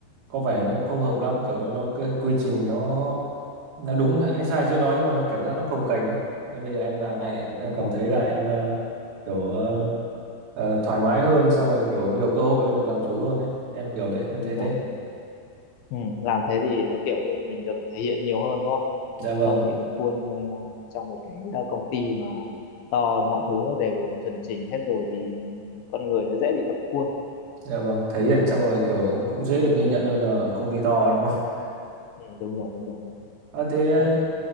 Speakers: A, on the right (about 65°); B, on the left (about 70°).
A: có vẻ nó không hợp lắm kiểu như nó cái quy trình nó nó đúng hay sai chưa nói nhưng mà nó cảm giác nó cồng kềnh ấy. Nên bây giờ em làm
B: ờ
A: này em cũng em
B: đúng
A: cảm
B: rồi
A: thấy là em ờ, kiểu ờ, ờ, thoải mái hơn xong rồi kiểu nhiều cơ hội hơn được làm chủ hơn đấy. Em kiểu thế, em
B: đúng
A: thấy thế.
B: rồi ừ, làm thế thì nó kiểu như mình được thể hiện nhiều hơn đúng không
A: Dạ vâng,
B: không bị rút khuôn trong ờ, trong một cái ờ, công ty mà to mọi thứ nó đều chuẩn chỉnh hết rồi thì con người nó dễ bị dập khuôn
A: dạ vâng, thể
B: ừ,
A: hiện xong rồi kiểu cũng dễ được ghi nhận hơn là ở công ty to đúng không?
B: ừ, đúng rồi đúng rồi, đúng
A: Ờ, thế ờ,
B: rồi.